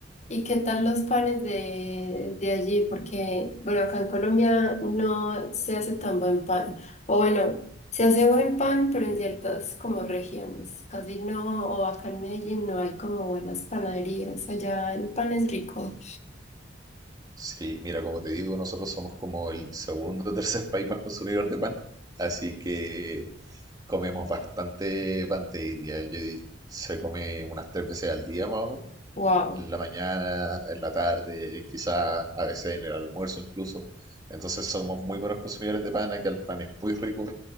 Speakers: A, on the left (about 40°); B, on the right (about 20°).
A: ¿Y qué tal los panes de, de allí? Porque, bueno, acá en Colombia no se hace tan buen pan. O bueno, se hace buen pan, pero en ciertas como regiones. Casi no, o acá en Medellín no hay como buenas panaderías. Allá el pan es rico.
B: Sí, mira, como te digo, nosotros somos como el segundo o tercer país más consumidor de pan, así que comemos bastante pan, te diría. Yo di- se come unas tres veces al día más o menos,
A: Wow.
B: en la mañana, en la tarde, quizás a veces en el almuerzo incluso. Entonces somos muy buenos consumidores de pan, acá el pan es muy rico